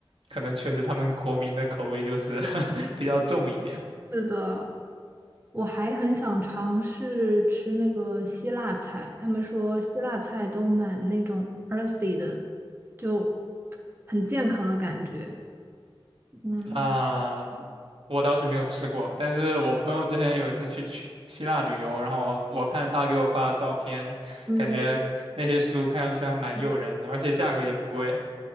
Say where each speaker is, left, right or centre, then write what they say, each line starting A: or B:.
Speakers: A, on the right; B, on the right.
A: 可能确实他们国民的口味就是 <laughs> 比较重一点
B: 是的，我还很想尝试吃那个希腊菜，他们说希腊菜都蛮那种 earthy 的，就很健康的感觉。嗯
A: 啊、我倒是没有吃过，但是我朋友之前有一次去去希腊旅游，然后我我看他给我发的照片，
B: 嗯
A: 感觉那些食物看上去还蛮诱人的，
B: 嗯，
A: 而且价格也不贵。